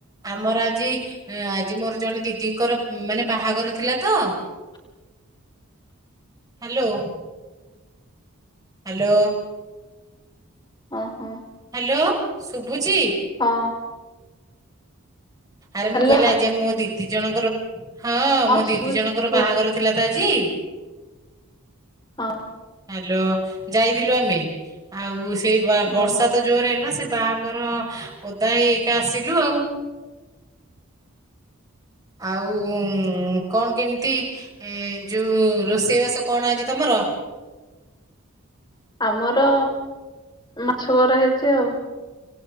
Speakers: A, on the right; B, on the left.
A: ଆମର ଆଜି ଆଜି ମୋର ଜଣେ ଦିଦିଙ୍କର ମାନେ ବାହାଘର ଥିଲା ତ
B: <inaudible>
A: ହ୍ୟାଲୋ। ହ୍ୟାଲୋ।
B: ହଁ ହଁ।
A: ହ୍ୟାଲୋ ଶୁଭୁଚି?
B: ହଁ।
A: ଆରେ
B: ହ୍ୟାଲୋ
A: ମୁଁ କହିଲି ଆଜି ଆ ମୋ ଦିଦି ଜଣଙ୍କର ହଁ ମୋ
B: ଶୁଭୁଛି
A: ଦିଦି ଜଣଙ୍କର
B: କୁହ
A: ବାହାଘର ଥିଲା ତ ଆଜି ଜି
B: ହଁ।
A: ହ୍ୟାଲୋ ଯାଇଥିଲୁ ଆମେ, ଆଉ ସେଇ ବର୍ଷା
B: ଓହୋ
A: ତ ଜୋରେ ହେଲା ସେ ବାହାଘର ଓଦା ହେଇକା ଆସିଲୁ ଆଉ। ଆଉ କଣ କେମିତି ଏ ଯୋଉ ରୋଷେଇବାସ କଣ ଆଜି ତମର?
B: ଆମର ମାଛ କରା ହେଇଛି ଆଉ।